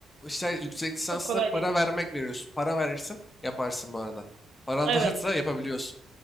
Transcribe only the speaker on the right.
çok kolay
değil.
Evet.